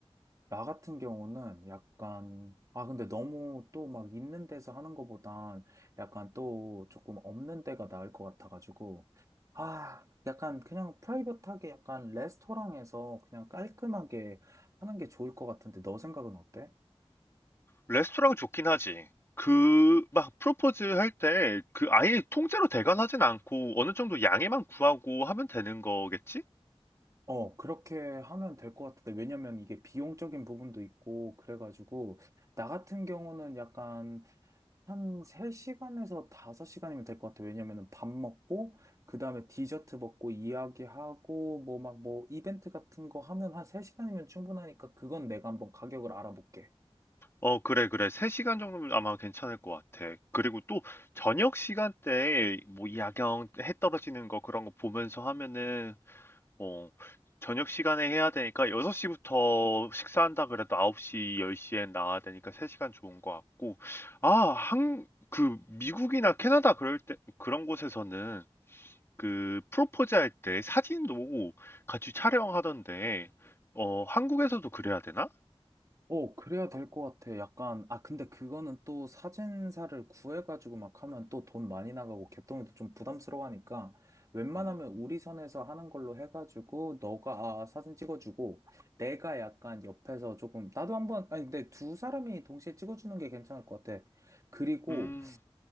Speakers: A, on the right; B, on the left.
A: 나 같은 경우는 약간, 아, 근데 너무 또 막 있는 데서 하는 것보단 약간 또 조금 없는 데가 나을 것 같아가지고, 아, 약간 그냥 프라이빗하게 약간 레스토랑에서 그냥 깔끔하게 하는 게 좋을 것 같은데, 너 생각은 어때?
B: 레스토랑 좋긴 하지. 그, 막, 프로포즈 할 때, 그, 아예 통째로 대관하진 않고, 어느 정도 양해만 구하고 하면 되는 거겠지?
A: 어, 그렇게 하면 될 것 같은데, 왜냐면 이게 비용적인 부분도 있고, 그래가지고, 나 같은 경우는 약간 한 3시간에서 5시간이면 될 것 같아요. 왜냐면은 밥 먹고, 그 다음에 디저트 먹고, 이야기하고, 뭐 막 뭐 이벤트 같은 거 하면 한 3시간이면 충분하니까 그건 내가 한번 가격을 알아볼게.
B: 어 그래, 그래. 3 시간 정도면 아마 괜찮을 것 같아. 그리고 또 저녁 시간대에 뭐 야경 해 떨어지는 거 그런 거 보면서 하면은 어 저녁 시간에 해야 되니까 6 시부터 식사한다 그래도 9 시, 10 시에 나와야 되니까 3 시간 좋은 것 같고. 아, 한 그 미국이나 캐나다 그럴 때 그런 곳에서는 그 프로포즈 할 때 사진도 같이 촬영하던데 어 한국에서도 그래야 되나?
A: 어, 그래야 될 것 같아. 약간, 아, 근데 그거는 또 사진사를 구해가지고 막 하면 또 돈 많이 나가고 개똥이도 좀 부담스러워 하니까 웬만하면
B: 음.
A: 우리 선에서 하는 걸로 해가지고 너가 아, 사진 찍어주고 내가 약간 옆에서 조금, 나도 한번, 아니, 근데 두 사람이 동시에 찍어주는 게 괜찮을 것 같아. 그리고
B: 음.